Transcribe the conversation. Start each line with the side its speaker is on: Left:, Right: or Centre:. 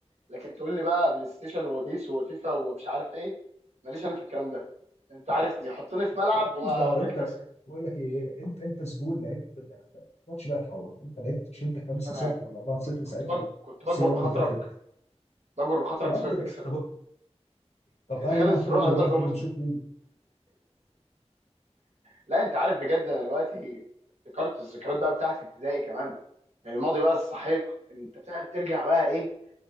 Right: لكن تقول لي بقى بلاي ستيشن وبيس وفيفا ومش عارف ايه ماليش انا في الكلام ده انت عارفني حطني في ملعب
Left: لا ماليش
Right: واوريك
Left: دعوه انت
Right: نفسك
Left: بقول لك ايه انت انت زبون لعبت بجد. يعني الماتش بقى اتحول انت لعبت شلت 5-0
Right: شوف انا حاجه
Left: ولا 4-0
Right: كنت كنت
Left: ساعتها
Right: بج...
Left: انا
Right: كنت بجبر
Left: صيامي
Right: بخاطرك
Left: كده كده
Right: بجبر بخاطرك
Left: يا
Right: وسيبك
Left: عم ط-
Right: تكسب
Left: طب طب
Right: ادخال
Left: تعالى نلعب
Right: السرور
Left: تاني
Right: على
Left: دلوقتي
Right: قلب
Left: كده
Right: مسلم
Left: ونشوف مين
Right: لا انت عارف بجد انا دلوقتي افتكرت الذكريات بقى بتاعت ابتدائي كمان الماضي بقى السحيق انت بتاع بترجع بقى ايه